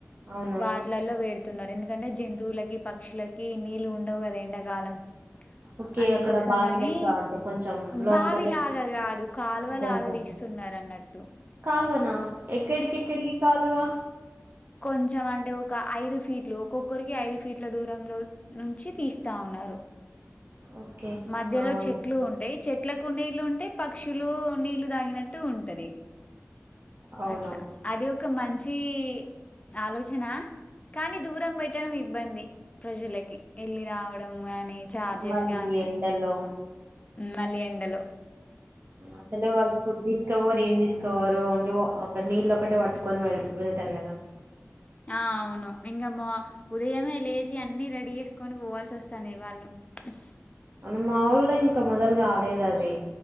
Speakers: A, on the right; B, on the left.
A: అవునా
B: వాటిలల్లో వేడుతున్నారెందు. దుకంటే జంతువులకి, పక్షులకి నీళ్ళు ఉండవు గదా ఎండాకాలం.
A: ఓకే
B: అందుకోసమని
A: అక్కడ బావి లెక్క అంటే కొంచెం లొంత
B: బావిలాగా
A: లెక్క
B: కాదు కాలువలాగా
A: లొంత
B: తీస్తున్నారు అన్నట్టు
A: కాలువనా ఎక్కడికెక్కడికి కాలువ
B: కొంచం అంటే ఒక ఐదు ఫీట్లు ఒక్కొక్కరికి ఐదు ఫీట్ల దూరంలో నుంచి తీస్తా ఉన్నారు
A: ఓకే
B: మధ్యలో
A: హా అవునా
B: చెట్లు ఉంటాయి చెట్లకు నీళ్లు ఉంటాయి పక్షులు నీళ్లు తాగినట్టు ఉంటది
A: అవునవును
B: అట్లా అది ఒక మంచి ఆలోచనా కానీ దూరం పెట్టడం ఇబ్ ఇబ్బంది ప్రజలకి ఏళ్ళి రావడం గానీ చార్జెస్
A: మళ్ళీ
B: గానీ
A: ఎండలో
B: మళ్ళీ ఎండలు
A: అసలు వాళ్ళు ఫుడ్ తీసుకపోరు ఏం తీసుకపోరు ఓన్లీ ఒక నీళ్ళు ఒకటే వా కొని వె వెళ్తారు కదా
B: ఆ అవును ఇంకా మా ఉదయమే లేసి అన్ని రెడీ చేసుకొని పోవాల్సి వస్తుంది వాళ్ళు అ
A: మన మాఊల్లో ఇంకా మొదలు కాలేదు అది